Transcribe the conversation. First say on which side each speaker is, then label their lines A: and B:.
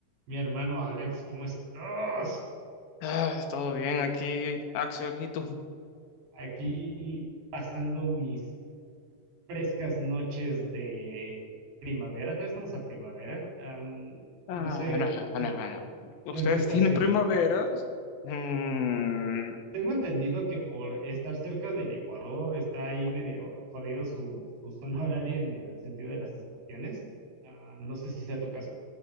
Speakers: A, on the right; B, on the left.
A: Mi hermano Alex, ¿cómo estás?
B: Ah, todo bien aquí, Axel, ¿y tú?
A: Aquí pasando mis frescas noches de primavera. Todavía estamos a primavera. Am,
B: Ah,
A: no sé,
B: no,
A: ¿tú-
B: no, no. ¿Ustedes
A: tú en qué estación
B: tienen primaveras?
A: estés?
B: Mm,
A: Tengo entendido que por estar cerca del Ecuador está ahí medio jodido su, su zona <laughs> horaria en el sentido de las estaciones. Ah, no sé si sea tu caso.